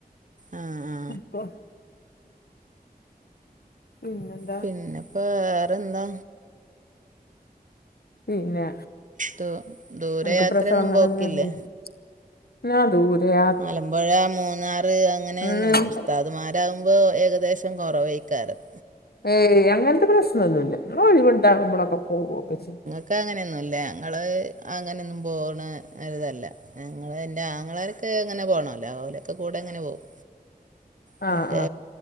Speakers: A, on the right (about 55°); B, on the left (about 80°).
A: ആ ആ
B: ഇപ്പോ ഇങ്ങ
A: പിന്നെപ്പ വേറെന്താ
B: പിന്നെ
A: ദൂ ദൂരയാത്രയൊന്നും
B: നിനക്ക് പ്രസവം <unintelligible>
A: പോക്കില്ലേ
B: ങാ ദൂരെയാ
A: മലമ്പുഴ മൂന്നാറ് അങ്ങനെയന്നും
B: ഉം
A: ഉസ്താദ്മാര് ടാവുമ്പോ ഏകദേശം കുറവായിക്കാരം
B: ഏയ് അങ്ങനത്തെ പ്രശ്നംന്നുമില്ല ങ്ങള് ഒഴിവുണ്ടാകുമ്പളൊക്കെ പോകൊക്കെ ചെയ്യും
A: ക്ക് അങ്ങനെയൊന്നൂല്ല ഞങ്ങള് അങ്ങനൊന്നും പോണ ഒരുഇതല്ല ഞങ്ങള് എന്റെ ആങ്ങളാരൊക്കെ എങ്ങനെ പോണല്ലോ ഓലൊക്കെ കൂടെ അങ്ങനെ പോകും മറ്റേ
B: ആ ആ